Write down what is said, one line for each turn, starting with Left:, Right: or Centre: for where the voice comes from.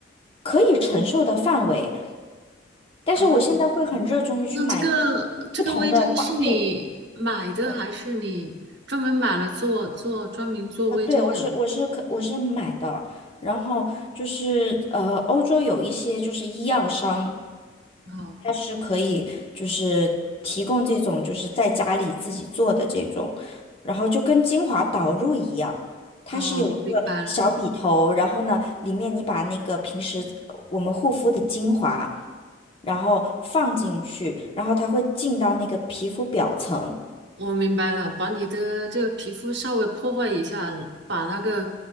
Left: 可以承受的范围。但是我现在会很热衷于去买
Right: 啊，那这个这个微针是你买的还是你专门买了做做专门做微针的？
Left: 不同的搭配。嗯，啊，对，我是我是可我是买的，然后就是呃，欧洲有一些就是医药商，
Right: 哦。
Left: 它是可以就是提供这种就是在家里自己做的这种，然后就跟精华导入一样。它是有一个小笔头，
Right: 哦，我明白了，
Left: 然后呢，里面你把那个平时我们护肤的精华，然后放进去，然后它会进到那个皮肤表层，
Right: 我明白了，把你的这个皮肤稍微破坏一下，把那个